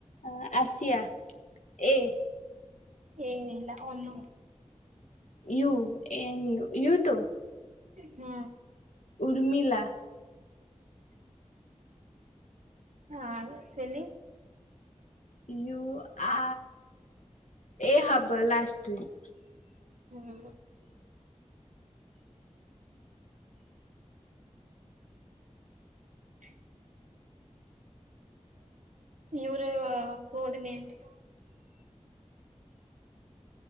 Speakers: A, on the left; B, on the right.
A: ଅ ଆସିଆ ଏ
B: ଏ ନା Anu
A: U N U U ତ
B: ହୁଁ
A: ଉର୍ମିଲା
B: ଖ ହଁ ଆ ର ସ୍ପେଲିଙ୍ଗି
A: ୟୁ ଆ ଏ ହବ ଲାଷ୍ଟେରେ
B: ହୁଁ ହ ହ୍ୟାଲୋ ର କୋଡ଼ନେନି